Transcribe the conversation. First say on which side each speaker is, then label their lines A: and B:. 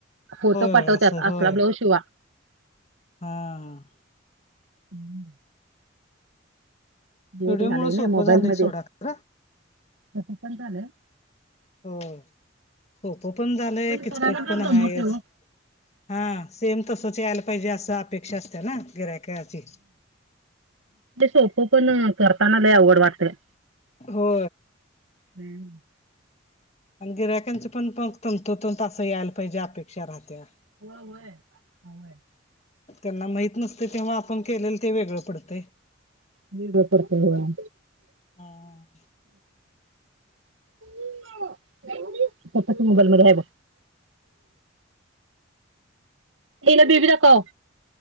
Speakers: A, on the right; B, on the left.
A: फोटो पाठवतात
B: होय असं होय
A: असला ब्लाऊज शिवा
B: हा.
A: ह.
B: व्हिडिओ
A: एक झालंय
B: मुळ
A: नाही
B: सोपं
A: मोबाईल
B: झालंय
A: मध्ये
B: सोडा खरं
A: तसं पण झालंय.
B: हो सोपं पण झालंय किचकट
A: करायला जर
B: पण आहेच.
A: जमतंय ओ
B: हा सेम तसच यायला पाहिजे असं अपेक्षा असते ना गिरायकची.
A: सोफो पण करताना ल आवड वाटते.
B: हो.
A: हम्.
B: आणि गिरायकांच पण पग तंतोतंत असं यायला पाहिजे अपेक्षा राहत्या.
A: हो वय हय.
B: त्यांना माहत नसते तेव्हा आपण केलेलं ते वेगळं पडते.
A: नर् बपडते ह.
B: हम.
A: स्तः क मोबाईल मध्ये आहे बघ. ए ना बीबी रा काव